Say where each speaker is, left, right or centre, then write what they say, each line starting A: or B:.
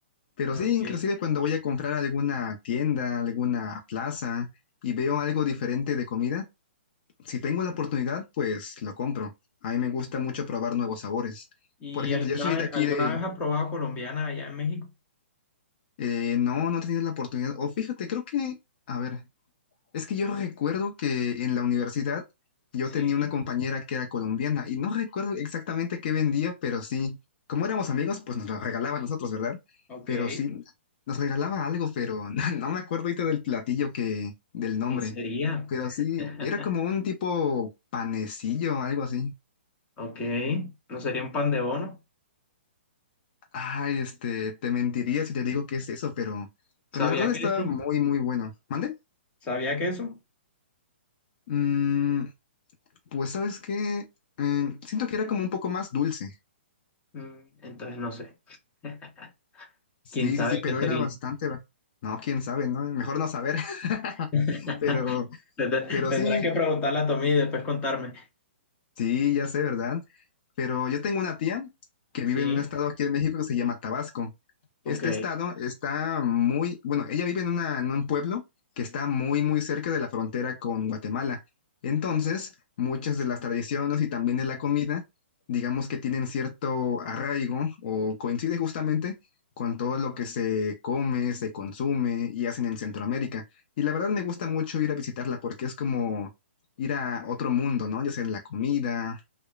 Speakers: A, on the left; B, on the left.
A: pero
B: ¿no?
A: sí,
B: Ok.
A: inclusive cuando voy a comprar a alguna tienda, alguna plaza y veo algo diferente de comida, si tengo la oportunidad, pues lo compro. A mí me gusta mucho probar nuevos sabores.
B: ¿Y
A: Por ejemplo,
B: alguna
A: yo soy
B: vez,
A: de aquí
B: alguna
A: de...
B: vez has probado colombiana allá en México?
A: eh, no, no he tenido la oportunidad. O fíjate, creo que... A ver. Es que yo recuerdo que en la universidad yo
B: Sí,
A: tenía una compañera que era colombiana y no recuerdo exactamente qué vendía, pero sí, como éramos amigos, pues nos lo regalaba a nosotros, ¿verdad?
B: ok.
A: Pero
B: ¿Qué
A: sí, nos regalaba algo, pero <laughs> no, no me acuerdo ahorita del platillo que, del nombre,
B: sería?
A: pero sí,
B: <laughs>
A: era como un tipo panecillo, algo así.
B: Ok, ¿no sería un pan de bono?
A: Ay, este, te mentiría si te digo qué es eso, pero,
B: ¿Sabía
A: pero la verdad
B: queso?
A: estaba muy, muy bueno. ¿Mande?
B: ¿Sabía queso?
A: Mm, pues, ¿sabes qué? Mm, siento que era como un poco más dulce.
B: Mm, entonces no sé. <laughs>
A: Sí,
B: ¿Quién sabe
A: sí, sí, pero
B: qué sería?
A: era bastante. ba- No, quién sabe, ¿no? Mejor no saber. <laughs>
B: <laughs>
A: Pero,
B: Tendrá-
A: pero
B: Tendrás
A: sí,
B: que preguntarle a Tommy y después contarme.
A: sí, ya sé, ¿verdad? Pero yo tengo una tía que
B: Sí,
A: vive en un estado aquí en México que se llama Tabasco.
B: ok.
A: Este estado está muy, bueno, ella vive en una, en un pueblo que está muy, muy cerca de la frontera con Guatemala. Entonces, muchas de las tradiciones y también de la comida, digamos que tienen cierto arraigo o coincide justamente con todo lo que se come, se consume y hacen en Centroamérica. Y la verdad me gusta mucho ir a visitarla porque es como ir a otro mundo, ¿no? Ya sea en la comida.